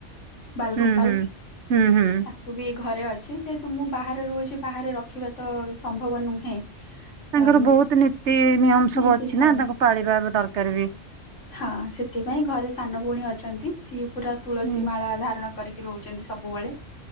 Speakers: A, on the left (about 75°); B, on the right (about 70°).
A: ବାଲଗୋପାଲ
B: ହୁଁ ହୁଁ। ହୁଁ
A: ତା
B: ହୁଁ
A: ବି ଘରେ ଅଛି ଯେହେତୁ ମୁଁ ବାହାରେ ରହୁଚି ବାହାରେ ରଖିବା ତ ସମ୍ଭବ ନୁହେଁ।
B: ତାଙ୍କର
A: ଅଁ
B: ବହୁତ ନୀତି ନିୟମ ସବୁ
A: ନୀତିଥାଏ
B: ଅଛି ନା ତାଙ୍କୁ ପାଳିବା ଏବେ ଦରକାର ବି।
A: ହଁ ସେଥିପାଇଁ ଘରେ ସାନ ଭଉଣୀ ଅଛନ୍ତି ସିଏ ପୁରା ତୁଳସୀ
B: ହୁଁ
A: ମାଳା ଧାରଣ କରିକି ରହୁଛନ୍ତି ସବୁବେଳେ